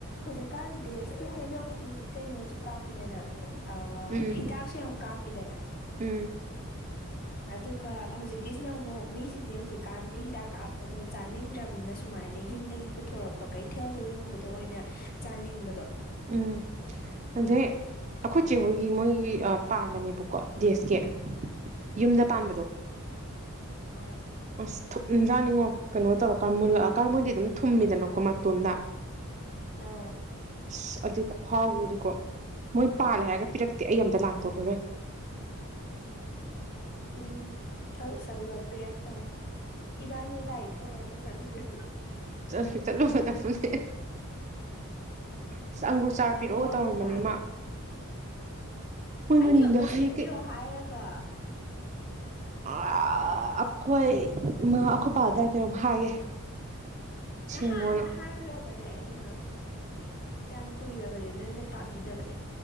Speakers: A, on the left; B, on the right.
A: ꯍꯧꯖꯤꯛꯀꯥꯟ ꯗꯦꯁꯀꯤ ꯍꯩꯅꯧꯗꯤ ꯀꯩꯅꯣꯁꯨ ꯀꯥꯞꯄꯤꯗꯅ ꯑ
B: ꯎꯝ
A: ꯍꯤꯗꯥꯛꯁꯨ ꯌꯥꯝ ꯀꯥꯞꯄꯤꯗꯅ
B: ꯎꯝ
A: ꯑꯗꯨꯒ ꯍꯧꯖꯤꯛꯀꯤꯁꯤꯅ ꯑꯃꯨꯛ ꯃꯤꯁꯤꯡꯁꯦ ꯍꯧꯖꯤꯛꯀꯥꯟꯗꯤ ꯍꯤꯗꯥꯛ ꯀꯥꯞꯄꯗꯣ ꯆꯥꯅꯤꯡꯗ꯭ꯔꯕꯅꯤꯅ ꯁꯨꯃꯥꯏꯅ ꯁꯃꯥꯏꯅ ꯌꯨꯝꯗꯒꯤ ꯄꯨꯊꯣꯔꯛꯄ ꯀꯩꯊꯦꯜꯗ ꯌꯣꯟꯕꯗꯣ ꯑꯣꯏꯅ ꯆꯥꯅꯤꯡꯕꯗꯣ
B: ꯎꯝ ꯑꯗ ꯑꯈꯣꯏ ꯆꯦꯕ ꯃꯣꯏꯒꯤ ꯄꯥꯟꯕꯅꯦꯕꯀꯣ ꯗꯦꯁꯀꯤ
A: ꯑꯥ
B: ꯌꯨꯝꯗ
A: ꯑꯥ
B: ꯄꯥꯟꯕꯗꯣ
A: ꯑꯥ
B: ꯑ ꯊꯨꯞꯅꯖꯥꯅꯤꯡꯉꯣ ꯀꯩꯅꯣ ꯇꯧꯔꯀꯥꯟ ꯃꯨꯜꯂꯛꯑꯀꯥꯟ ꯃꯣꯏꯗꯤ ꯑꯗꯨꯝ ꯊꯨꯝꯃꯤꯗꯅꯀꯣ ꯃꯇꯣꯝꯗ
A: ꯑꯥ
B: ꯑꯁ ꯑꯗꯨ ꯈꯍꯥꯎꯔꯗꯤꯀꯣ ꯃꯣꯏ ꯄꯥꯜꯂꯦ ꯍꯥꯏꯔꯒ ꯄꯤꯔꯛꯇꯦ ꯑꯩ ꯑꯝꯇ ꯂꯥꯟꯊꯣꯛꯈꯨꯔꯦ
A: ꯎꯝ ꯇꯧꯁꯜꯂꯣ ꯄꯤꯔꯛꯇꯕꯏ ꯏꯕꯥꯅꯤ ꯀꯒꯥꯔꯤ ꯊꯧꯔꯦꯇ ꯆꯠꯂꯨꯁꯨ
B: ꯆ ꯆꯂꯣ ꯐ ꯐꯦ ꯑꯁ ꯑꯪꯒꯨꯔ ꯆꯥꯔ
A: ꯑꯩ
B: ꯄꯤꯔꯛꯑꯣꯒ
A: ꯂꯧꯕ
B: ꯇꯧꯔꯝꯕꯅꯦ
A: ꯂꯥꯛꯑꯒꯦ
B: ꯃꯥ ꯃꯣꯏ
A: ꯑꯩꯁꯨ
B: ꯃꯅꯤꯡꯗ
A: ꯑꯝꯇ
B: ꯍꯩ
A: ꯁꯦꯝꯕꯤꯌꯣ
B: ꯀꯩ
A: ꯍꯥꯏꯔꯒ
B: ꯑ ꯑꯩꯈꯣꯏ ꯃꯥ ꯑꯩꯈꯣꯏ ꯐꯥꯗꯔ ꯀꯩꯅꯣꯝ ꯍꯥꯏꯒꯦ
A: ꯅꯍꯥ
B: ꯁꯦꯝꯃꯣꯅ
A: ꯅꯍꯥꯏꯒ꯭ꯔꯕ ꯑ ꯑꯩꯅ ꯌꯥꯝ ꯀꯨꯏꯔꯕꯅꯤ ꯅ ꯑꯩꯅ ꯇꯥꯕꯤꯗꯕꯅꯦ